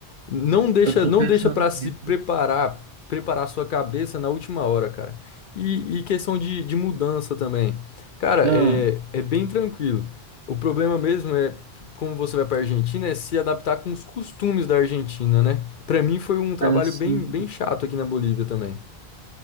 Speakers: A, on the left; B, on the right.
A: Não deixa,
B: eu tô
A: não
B: pensando
A: deixa para se
B: nisso.
A: preparar, preparar sua cabeça na última hora, cara. E, e questão de, de mudança também. Cara,
B: Ah,
A: é, é bem tranquilo. O problema mesmo é, como você vai para Argentina, é se adaptar com os costumes da Argentina, né? Para mim foi um trabalho
B: cara, assim,
A: bem, bem chato aqui na Bolívia também.